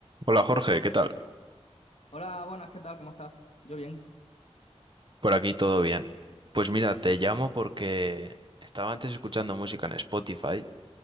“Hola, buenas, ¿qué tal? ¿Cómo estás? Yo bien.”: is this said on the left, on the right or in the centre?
Left